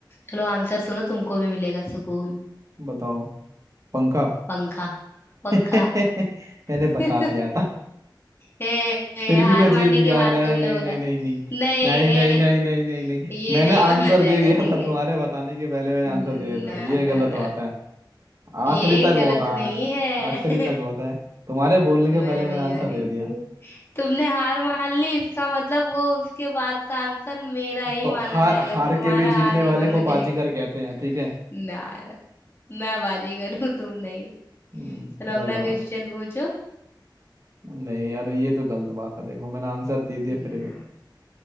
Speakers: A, on the left; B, on the right.
A: चलो आंसर सुनो तुमको भी मिलेगा सुकून
B: बताओ पंखा
A: पंखा पंखा
B: <laughs>
A: <laughs>
B: मैंने बता दिया था
A: ए, ए,
B: फिर
A: हार
B: भी मैं
A: मानने
B: जीत गया
A: के बाद
B: नहीं
A: तुमने
B: नहीं
A: बोला
B: नहीं नहीं नहीं
A: नहीं
B: नहीं नहीं
A: ए,
B: नहीं नहीं नहीं नहीं
A: ये
B: मैंने
A: नहीं
B: आंसर
A: माना जाएगा
B: दे दिया
A: ठीक
B: था
A: है
B: तुम्हारे बताने के पहले मैंने
A: न-
B: आंसर दे दिया
A: ना
B: था ये
A: ना
B: गलत
A: ना
B: बात है
A: ये
B: आखिरी तक
A: गलत
B: होता
A: नहीं
B: है
A: है
B: आखिरी
A: <laughs>
B: तक होता है तुम्हारे बोलने
A: मैं
B: के पहले
A: नहीं
B: मैंने आंसर
A: मानेंगी
B: दे दिया
A: तुमने हार मान ली इसका मतलब वो उसके बाद का आंसर मेरा ही
B: तो
A: माना
B: हार
A: जाएगा
B: हार
A: तुम्हारा
B: के भी जीतने
A: हार ही
B: वाले
A: माना
B: को
A: जाएगा
B: बाजीगर कहते हैं ठीक है
A: <laughs> ना यार, मैं बाजीगर हूँ तुम नहीं
B: हम्म,
A: चलो
B: गलत
A: अपना क्वेश्चन
B: बात
A: पूछो
B: नहीं यार ये तो गलत बात है देखो मैंने आंसर दे दिया
A: हम्म,
B: फिर भी